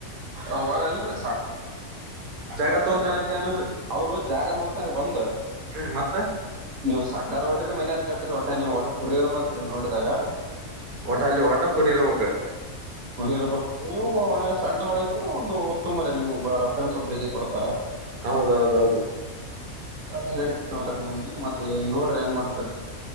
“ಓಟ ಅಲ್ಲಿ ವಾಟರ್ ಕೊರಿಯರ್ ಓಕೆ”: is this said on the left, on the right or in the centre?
Right